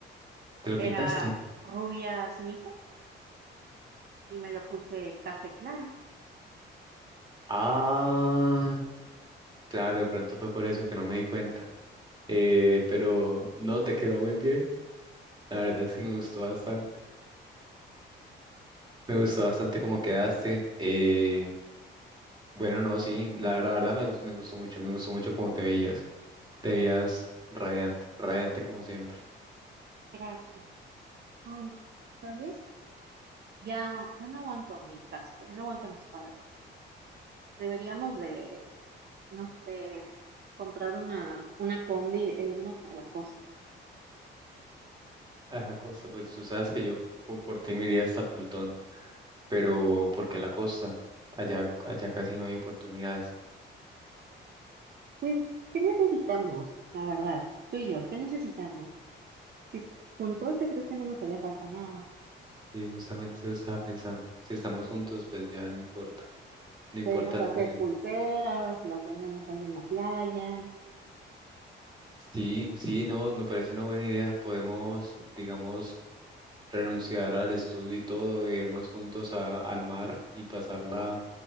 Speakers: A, on the right; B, on the right.
A: ¿Te lo pintaste?
B: Era rubia ceniza y me lo puse café claro.
A: Ah, claro, de pronto fue por eso que no me di cuenta. Eh, pero no, te quedó muy bien. La verdad es que me gustó bastante. Me gustó bastante cómo quedaste. Eh, bueno, no, sí, la, la verdad me, gus- me gustó mucho, me gustó mucho cómo te veías. Te veías radiante, radiante como siempre.
B: Gracias. Ay, ¿sabes? Ya, ya no aguanto mi casa, ya no aguanto a mis padres. Deberíamos de no sé, comprar una, una combi e irnos a la costa.
A: A la costa, pues tú sabes que yo po- por ti me iría hasta Plutón, pero ¿por qué a la costa? Allá, allá casi no hay oportunidades.
B: Pues, ¿qué necesitamos? La verdad, tú y yo, ¿qué necesitamos? Si juntos yo creo que no nos haría falta nada.
A: Y justamente eso estaba pensando. Si estamos juntos, pues ya no importa. No
B: Podemos
A: importa lo
B: hacer
A: que...
B: pulseras, las vendemos ahí en la playa.
A: Sí, sí, no, me parece una buena idea. Podemos, digamos, renunciar al estudio y todo, e irnos juntos a- al mar y pasarla,